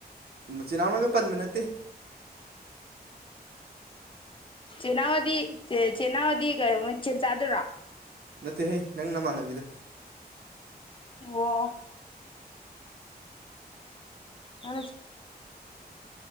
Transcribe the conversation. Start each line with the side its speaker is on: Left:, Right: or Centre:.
Right: ꯃꯆꯤꯜꯅꯥꯥꯛꯅꯒ ꯄꯟꯃꯤꯟꯅꯠꯇꯦ
Left: ꯆꯦꯅꯥꯋꯥꯗꯤ ꯆ ꯆꯦꯅꯥꯕꯗꯤ ꯆꯤꯟ ꯆꯥꯗꯨꯔꯣ
Right: ꯅꯠꯇꯦ ꯍꯩ ꯅꯪ ꯅꯃꯥꯟꯅꯕꯤꯗꯣ
Left: ꯑꯣ ꯑ